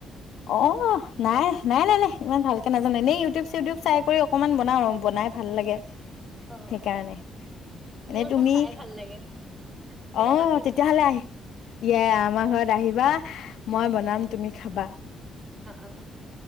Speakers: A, on the left; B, on the right.
A: অ নাই নাই নাই নাই ইমান ভালকে নাজানো এনেই ইউটিউব চিউটিউব চাই কৰি অকনমান বনাও বনাই ভাল লাগে
B: অ', অ'।
A: সেইকাৰণে এনে
B: মোৰ আকৌ
A: তুমি
B: খাই ভাল লাগে। তুমি
A: অ',
B: মাতিবা
A: তেতিয়াহ'লে আহি, <unintelligible> আমাৰ ঘৰত আহিবা। মই বনাম,
B: অ
A: তুমি খাবা।
B: অ